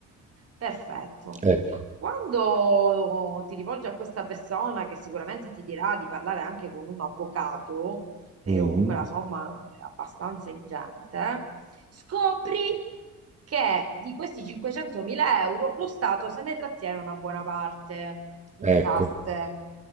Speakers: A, on the right (about 55°); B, on the right (about 25°).
A: Perfetto.
B: Ecco.
A: Quando ti rivolgi a questa persona che sicuramente ti dirà di parlare anche con un avvocato, perché
B: Mm.
A: comunque la somma è abbastanza ingente, scopri che di questi 500.000 euro lo Stato se ne trattiene una buona parte in tasse.
B: Ecco.